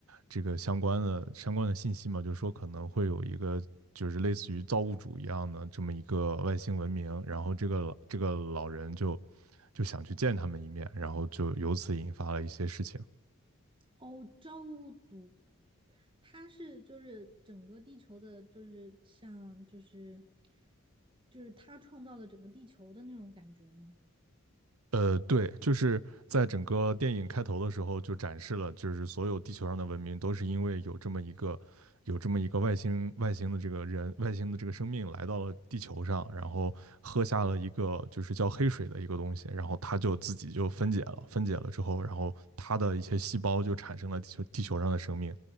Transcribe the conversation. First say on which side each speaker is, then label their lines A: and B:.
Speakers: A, on the right (about 85°); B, on the right (about 25°).
A: 这个相关的相关的信息嘛，就是说可能会有一个就是类似于造物主一样的这么一个外星文明，然后这个这个老人就就想去见他们一面，然后就由此引发了一些事情。
B: 哦，造物主，他是就是整个地球的，就是像就是就是他创造了整个地球的那种感觉吗？
A: 呃，对，就是在整个电影开头的时候就展示了，就是所有地球上的文明都是因为有这么一个有这么一个外星外星的这个人外星的这个生命来到了地球上，然后喝下了一个就是叫黑水的一个东西，然后它就自己就分解了，分解了之后，然后它的一些细胞就产生了地球地球上的生命，